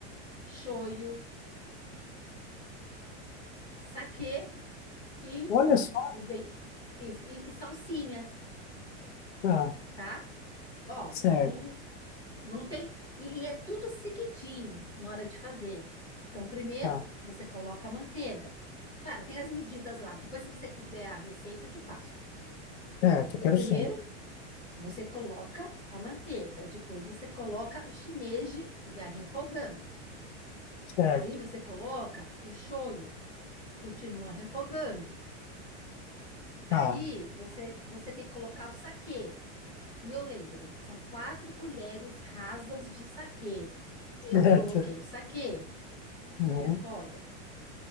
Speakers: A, on the left; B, on the left.
A: shoyu, saquê e
B: Olha só,
A: o bem, isso, e, e salsinha,
B: tá.
A: tá? Ó,
B: Certo,
A: não, Não tem. E, e é tudo seguidinho na hora de fazer. Então, primeiro
B: tá.
A: você coloca a manteiga. Claro, tem as medidas lá. Depois, se você quiser a receita, eu te passo.
B: Certo, eu quero
A: Primeiro,
B: sim.
A: você coloca a manteiga. Depois, você coloca o shimeji, vai refogando.
B: Certo,
A: Aí, você coloca o shoyu, continua refogando. Aí,
B: tá.
A: você, você tem que colocar o saquê. E eu lembro, são quatro colheres rasas de saquê. E
B: Certo.
A: eu coloquei o saquê
B: Uhum.
A: e refoga.